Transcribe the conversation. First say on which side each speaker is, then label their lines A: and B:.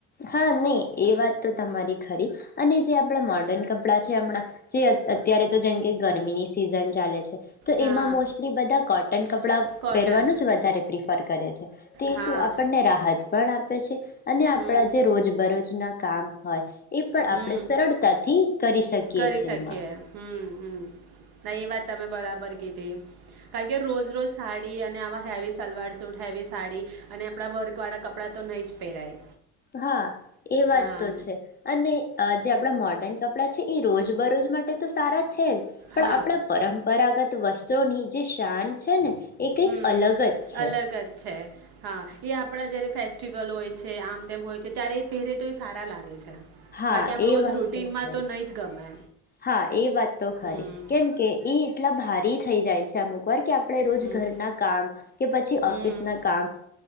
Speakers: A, on the left; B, on the right.
A: હા નહી એ વાત તો તમારી ખરી અને જે આપણા મોર્ડર્ન કપડાં છે હમણાં જે અત્યારે તો જેમ કે ગરમીની સિઝન ચાલે છે. તો
B: હા
A: એમાં મોસ્ટલી બધા કોટન કપડાં
B: કોટન
A: પહેરવાનું જ વધારે પ્રિફર કરે છે તે
B: હા
A: શું આપણને રાહત પણ આપે છે અને આપડા
B: હમ
A: જે રોજ બરોજ ના કામ હોય એ પણ
B: હમ
A: આપણે સરળતાથી કરી શકીએ
B: કરી
A: છીએ
B: શકીએ
A: એમાં
B: હમ હ હ હ એ વાત તમે બરાબર કીધી કારણ કે રોજ રોજ સાડી અને આવા heavy salwar suit heavy sari અને આપણાં વર્કવાળા કપડાં તો નહીં જ પહેરાય
A: હા એ વાત
B: હા
A: તો છે અને જે આપણા મોર્ડર્ન કપડાં છે એ રોજ બરોજ માટે તો સારા છે પણ
B: હા
A: આપણા પરંપરાગત વસ્ત્રોની જે શાન છે ને એ કંઈક
B: હમ
A: અલગ જ છે
B: અલગ જ છે હા એ આપડા જારે ફેસ્ટિવલ હોય છે આમ તેમ હોય છે ત્યારે એ પહેરે તો એ સારા લાગે છે
A: હા
B: બાકી આમ
A: એ
B: રોજ
A: વાત
B: રૂટીનમાં
A: ખરી
B: તો નહી જ ગમે
A: હા એ વાત તો ખરી
B: હમ
A: કેમ કે એ એટલા ભારી થઈ જાય છે અમુકોર ક્યા આપણે રોજ
B: હમ
A: ઘરના કામ કે પછી
B: હમ
A: ઓફિસ ના કામ